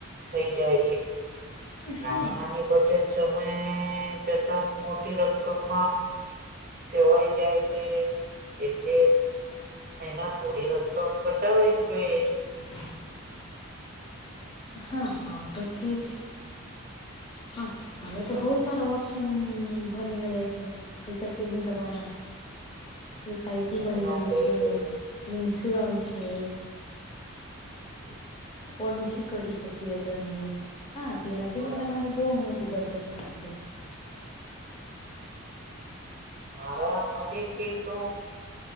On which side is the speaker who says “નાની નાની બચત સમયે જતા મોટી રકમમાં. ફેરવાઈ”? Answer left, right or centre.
Right